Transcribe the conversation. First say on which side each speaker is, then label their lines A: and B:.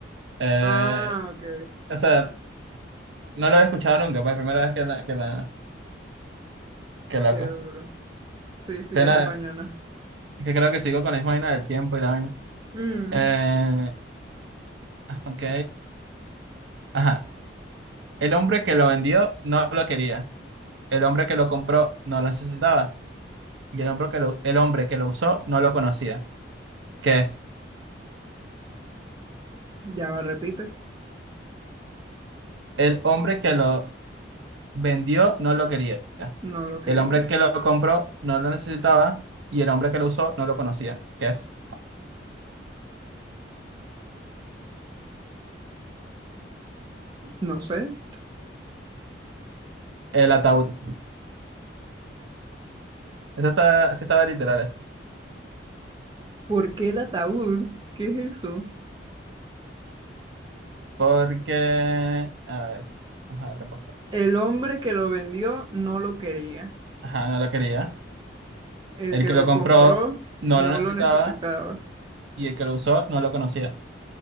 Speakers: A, on the right; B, on the right.
A: Eh,
B: Ah, ok.
A: o sea, no lo había escuchado nunca, pues, primera vez que la, que la, que loco.
B: Qué duro. Sí, sí,
A: Suena-
B: es el mañana.
A: es que creo que sigo con la misma vaina del tiempo y la vaina.
B: Mm,
A: Eh, ok. Ajá. El hombre que lo vendió no lo quería. El hombre que lo compró no lo necesitaba. Y el hombre que lo, el hombre que lo usó no lo conocía. ¿Qué es?
B: Ya va, repite.
A: El hombre que lo vendió no lo quería.
B: No lo quería.
A: El hombre que lo compró no lo necesitaba. Y el hombre que lo usó no lo conocía. ¿Qué es?
B: No sé.
A: El ataúd. Esta está, sí estaba literal, eh,
B: ¿Por qué el ataúd? ¿Qué es eso?
A: porque, a ver, vamos a repasar.
B: El hombre que lo vendió no lo quería.
A: Ajá, no lo quería.
B: El
A: El
B: que
A: que
B: lo
A: lo compró
B: compró
A: no
B: no
A: lo necesitaba
B: lo necesitaba.
A: y el que lo usó no lo conocía.